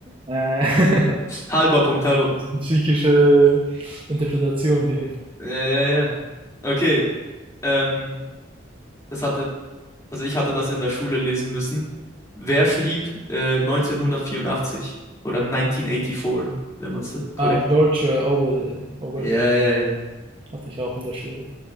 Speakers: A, on the right (about 25°); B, on the left (about 15°).
A: Äh, <laughs>
B: Halber Punkt, halber Punkt.
A: psychische Interpretation hier.
B: Ja, ja, ja. Okay. Ähm, das hatte Also ich hatte das in der Schule lesen müssen. Wer schrieb äh, 1984 oder 1984, wenn man es korrekt.
A: Ah, George äh, Orwell. Orwell
B: Ja, ja, ja.
A: hatte ich auch in der Schule.